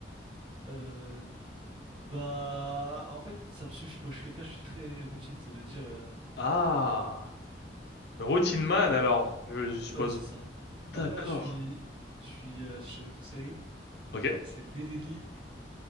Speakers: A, on the right; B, on the left.
A: Euh, bah, en fait, ça me suffit. Moi, je suis quelqu'un, je suis très routine. Ça veut dire, euh,
B: Ah, routine man alors je, je suppose
A: ouais, c'est ça.
B: D'accord.
A: Après, là, je suis, je suis euh, sur une série.
B: Ok.
A: C'est Lelili,